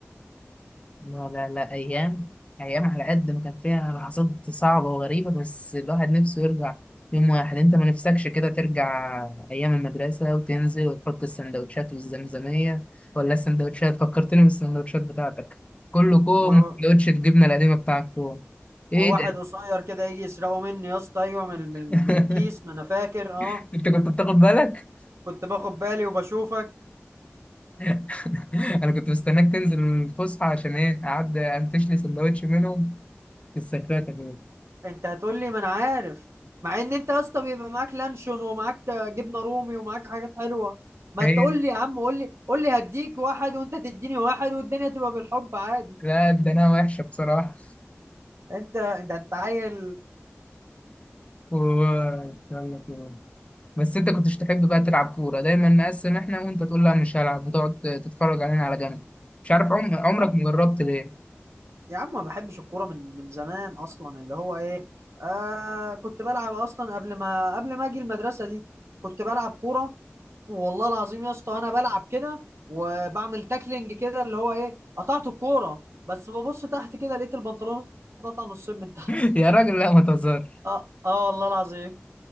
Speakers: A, on the left; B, on the right.
A: لا لا لا أيام أيام على قد ما كان فيها لحظات صعبة وغريبة بس الواحد نفسه يرجع يوم واحد أنت ما نفسكش كده ترجع أيام المدرسة وتنزل وتحط السندوتشات والزمزمية ولا السندوتشات فكرتني بالسندوتشات بتاعتك كله كوم
B: و...
A: وسندوتش الجبنة القديمة بتاعك كوم إيه
B: وواحد
A: ده؟
B: قصير كده يجي يسرقه مني يا اسطى ايوه من من
A: <laughs>
B: من الكيس ما انا فاكر اه
A: أنت كنت بتاخد بالك؟
B: كنت باخد بالي وبشوفك
A: <laughs> أنا كنت مستناك تنزل الفسحة عشان إيه أعدي أنتش لي سندوتش منهم في السكرات يا جماعة.
B: انت هتقول لي ما انا عارف مع ان انت يا اسطى بيبقى معاك لانشون ومعاك جبنه رومي ومعاك حاجات حلوه ما
A: هي
B: تقول لي يا عم قول لي قول لي هديك واحد وانت تديني واحد والدنيا تبقى بالحب عادي
A: لا ده أنا وحشة بصراحة
B: انت انت انت عيل
A: ويلا كده بس انت كنتش تحب بقى تلعب كورة دايما نقسم احنا وانت تقول لا مش هلعب بتقعد تتفرج علينا على جنب مش عارف عم... عمرك
B: يا عم
A: مجربت ليه
B: يا عم ما بحبش الكوره من من زمان اصلا اللي هو ايه آه كنت بلعب اصلا قبل ما قبل ما اجي المدرسه دي كنت بلعب كوره والله العظيم يا اسطى وانا بلعب كده وبعمل تاكلينج كده اللي هو ايه قطعت الكوره بس ببص تحت كده لقيت البنطلون اتقطع نصين من تحت
A: <laughs> يا راجل لا ما تهزرش
B: اه اه والله العظيم